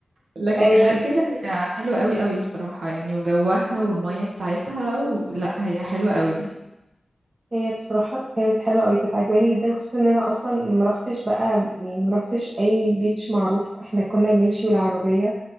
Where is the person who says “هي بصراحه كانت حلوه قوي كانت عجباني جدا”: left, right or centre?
Right